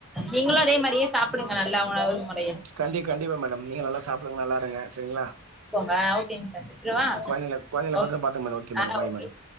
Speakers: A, in the centre; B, on the right (about 70°).
A: நீங்களு அதே மாரியே சாப்புடுங்க நல்லா உணவு முறைய
B: கண்டி கண்டிப்பா மேடம் நீங்க நல்லா ஸ் சாப்டுங்க நல்லாருங்க செரிங்ளா
A: போங்க ஓகேங்க சார் வச்சிடவா
B: உங் கொழந்திங்ள கொழ்ந்திங்ள
A: ஓகே
B: பத்தரமா பாத்துங் மேடம் ஓக்கே மேடம்
A: ஆ
B: பாய்
A: ஓகே
B: மேடம்